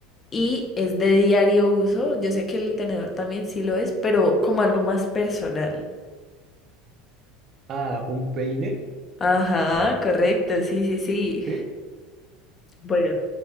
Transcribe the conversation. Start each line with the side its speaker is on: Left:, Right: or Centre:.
Left: y es de diario uso. Yo sé que el tenedor también sí lo es, pero como algo más personal.
Right: ah, un peine,
Left: Ajá, correcto, sí, sí, sí.
Right: ¿sí?
Left: Bueno.